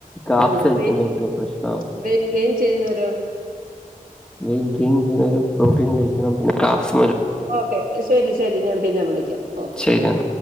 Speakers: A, in the centre; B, on the right.
A: കാപ്സ്
B: ആഹ്
A: കഴിക്കുമ്പോഴത്തേനും
B: വെയിറ്റ്
A: പ്രശ്നാവും
B: വെയിറ്റ് ഗെയിൻ ചെയ്യുന്നവരോ
A: വെയിറ്റ് ഗെയിൻ ചെയ്യുന്നവരും പ്രോട്ടീൻ കഴിക്കണം പിന്നെ കാർബ്സ്
B: ഓക്കെ ശരി ശരി ഞാൻ പിന്നെ വിളിക്ക്യാം ഓക്കെ
A: ശരിയെന്നാ